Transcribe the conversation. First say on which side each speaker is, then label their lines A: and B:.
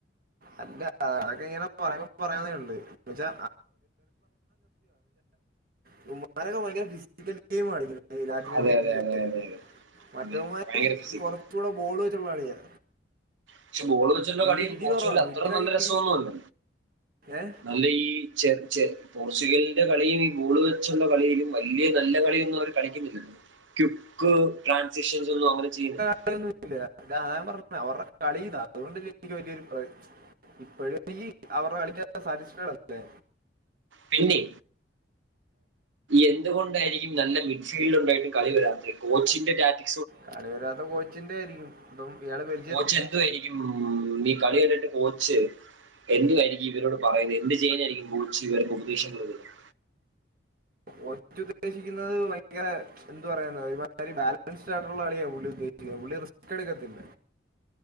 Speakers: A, on the right; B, on the right.
A: അല്ല അതൊക്കെങ്ങനെ <unintelligible> ന്ന് വെച്ചാ <inaudible> ഇവന്മാരൊക്കെ ഭയങ്കര ഫിസിക്കൽ ഗെയിമാ കളിക്കണെ ലാറ്റിൻ
B: അതെ
A: അമേരിക്ക
B: അതെ അതെ
A: <unintelligible>
B: അതെ
A: മറ്റവന്മാര്
B: അതെ ഭയങ്കര ഫിസിക്കൽ
A: കൊർച്ചൂടെ ബോള് വെച്ചുള്ള കളിയാ
B: പക്ഷെ ബോള് വെച്ചുള്ള
A: ഇടി
B: കളിയും
A: ഇടി
B: പോർച്ചുഗൽ
A: കുറവാ
B: അത്ര
A: മിഡിലൊക്കെ
B: നല്ല രസൊന്നല്ല
A: ഇടി ഏ
B: അല്ല ഈ ചെ ചെ പോർച്ചുഗലിന്റെ കളിയും ഈ ബോള് വെച്ചുള്ള കളിയിലും വല്യ നല്ല കളിയൊന്നവര് കളിക്കുന്നില്ല ക്വിക്ക് ട്രാൻസിഷനൊന്നും അങ്ങനെ ചെയ്യുന്നില്ല
A: <unintelligible> ഇപ്പോഴങ്കി <unintelligible> സാറ്റിസ്ഫൈഡല്ലേ
B: പിന്നെ എന്ത് കൊണ്ടായിരിക്കും നല്ല മിക്സൈലുണ്ടായിട്ടും കളി വെരാത്തെ കോച്ചിന്റെ <unintelligible>
A: കളി വെരാത്തെ കോച്ചിന്റായിരിക്കും തും വേറെ <unintelligible>
B: കോച്ചെന്തുവായിരിക്കും ഈ കളി കണ്ട്ട്ട് കോച്ച് എന്തുവായിരിക്കും ഇവരോട് പറയുന്നെ എന്ത് ചെയ്യാനായിരിക്കും കോച്ച്വർക്ക് ഉപദേശം കൊടുക്ക്‌ന്നെ
A: കോച്ചുദ്ദേശിക്കുന്നത് ഭയങ്കരെ എന്ത് പറയാന ബാലൻസ്ഡായിട്ടുള്ള കളിയാ പുള്ളി ഉദ്ദേശിക്കുന്ന് പുള്ളി റിസ്ക് എടുക്കത്തില്ല